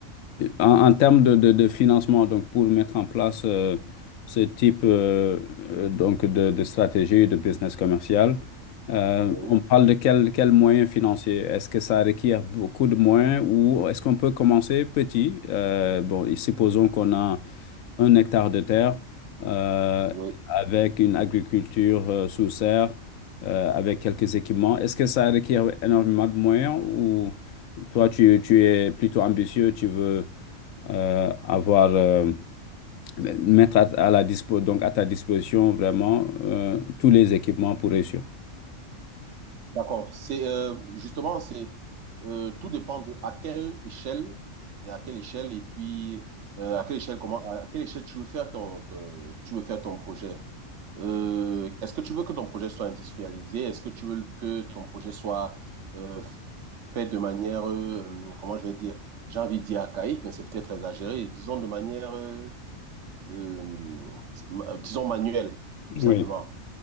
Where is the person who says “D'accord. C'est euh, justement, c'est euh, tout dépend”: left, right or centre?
Right